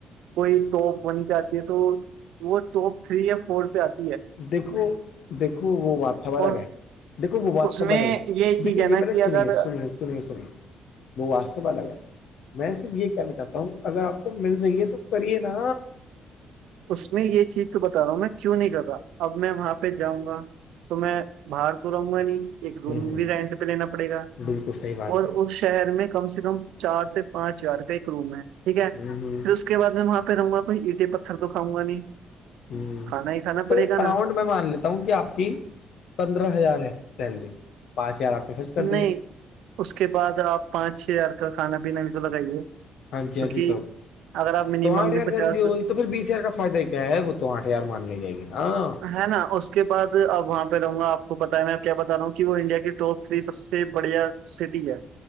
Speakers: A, on the right; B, on the left.
A: کوئی تو ون پہ آتی ہے تو وہ تو فری اف فور پہ آت
B: دیکھو دیکھو وہ بات سب الگ
A: اور
B: ہے دیکھو وہ بات
A: اس
B: سب
A: میں
B: لگ ہے
A: یہ چیز
B: دیکھیے
A: ہے
B: جی پہلے
A: نا کہ
B: سنیے
A: اگر
B: سنیے سنیے سنیے وہ بات سب الگ ہے میں صرف یہ کہنا چاہتا ہوں اگر آپ کو مل رہی ہے تو کریے نا
A: اس میں یہ چیز تو بتا رہا ہوں میں کیوں نہیں کر رہا اب میں وہاں پہ جاؤں گا تو میں باہر تو رہوں گا نہیں ایک روم
B: ہوں ہوں
A: بھی رینٹ پہ لینا پڑے گا
B: بالکل صحیح بات
A: اور
B: ہے
A: اس شہر میں کم سے کم چار سے پانچ ہزار کا ایک روم ہے ٹھیک ہے
B: ہ
A: پھر
B: ہ
A: اس کو اس کے بد میں وہاں پہ رہوں گا کوئی اینٹ پتھر تو کھاؤ گا نہیں
B: ہ
A: کھانا ہی کھانا
B: تو
A: پڑے گا
B: اراؤنڈ
A: نا
B: میں مان لے ہوں کہ آپ کی پندرہ ہزار ہے سیلری پانچ ہزار آپ نے خرچ کر دیے
A: نہیں اس کے بعد آپ پانچ چھ ہزار کا کھانا پینا بھی تو لگائیے
B: ہاں
A: کیونکہ
B: جی ہاں جی تو
A: اگر آپ منیمم
B: تو آٹ ہزار
A: بھی پچاس
B: سیلری ہو گئی تو پھر بیس ہزار کا فائدہ کیا ہے وہ تو آٹ ہزار مان لی جائے گی ہاں
A: ہے نا اس کے بعد اب وہاں پہ رہوں آپ کو پتا ہے میں کیا بتا رہا ہوں کہ وہ انڈیا کے ٹپ تھری سب سے بڑھیا سٹی ہے